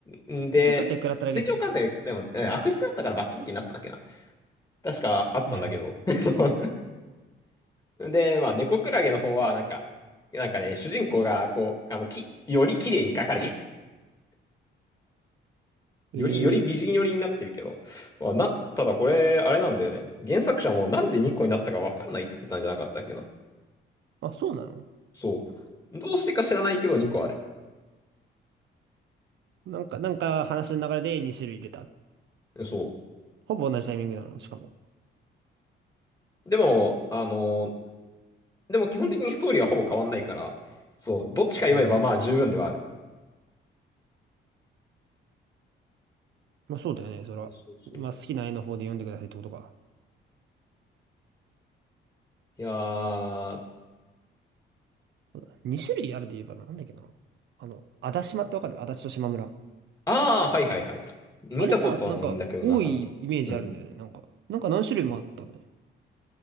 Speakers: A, on the left; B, on the right.
A: な。んで、
B: ー、手帳課税食らっただけね。
A: 追徴課税、でも、え悪質だったから罰金刑になったんだっけな。確かあったんだけど。
B: <laughs>
A: <laughs> そうで、まあ、猫クラゲの方は、なんか、なんかね、主人公が、こう、あの、き、より綺麗に描かれて
B: えー、
A: より、より美人寄りになってるけど、まあ、な、ただこれ、あれなんだよね。原作者もなんで2個になったかわかんないっつってたんじゃなかったっけな。
B: あ、そうなの
A: そう。どうしてか知らないけど2個ある。
B: なんか、なんか話の流れで2種類出た。
A: そ
B: ほぼ同じタイミングなの、しかも。
A: う。でも、あのーでも基本的にストーリーはほぼ変わんないから、そう、どっちか読めばまあ十分ではある。
B: うん。まあそうだよね、そら。
A: そうそう。
B: まあ好きな絵の方で読んでくださいってことか。
A: いやー、あ
B: そうだ2種類あるで言えばなんだっけな。あの、足立島ってわかる足立と島村。
A: あ、はいはいはい。見たことはないんだけど、
B: あれさ、なんか多いイメージあるんだよね。
A: 中身。うん。
B: なんか、なんか何種類もあったんだよ。